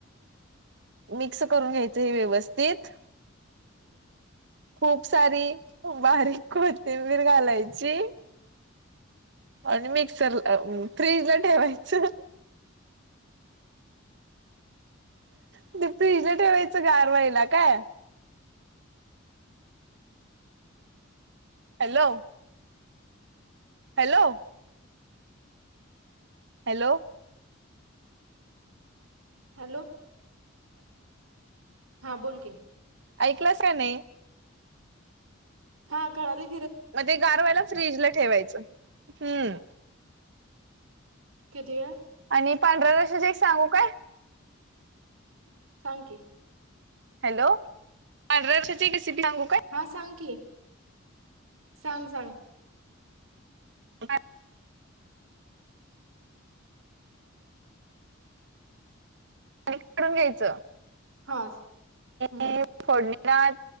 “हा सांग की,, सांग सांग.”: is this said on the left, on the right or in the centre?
Right